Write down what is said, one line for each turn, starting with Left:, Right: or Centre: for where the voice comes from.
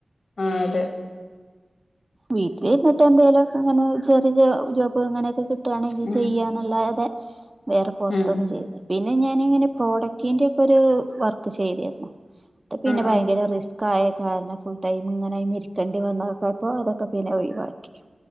Left: ആഹ് അതെ
Right: വീട്ടിലിരുന്നിട്ട് എന്തേലൊക്കങ്ങനെ ചെറിയ ജോബോ അങ്ങനെയൊക്കെ കിട്ടുവാണെങ്കി
Left: ഉം
Right: ചെയ്യ ന്നല്ലാതെ വേറെ പൊറത്തൊന്നും
Left: ഉം
Right: ചെയ്യുന്നില്ല. പിന്നെ ഞാനിങ്ങനെ പ്രോഡക്റ്റിന്റെക്കൊരു വർക്ക് ചെയ്തിരുന്നു അത് പിന്നെ
Left: ആഹ്
Right: ഭയങ്കര
Left: ആഹ്
Right: റിസ് കായ കാരണം ഫുൾ ടൈം ഇങ്ങനെ അയ്മ്മെ ഇരിക്കേണ്ടി വന്നതൊക്കപ്പോ അതൊക്കെ പിന്നെ ഒഴിവാക്കി.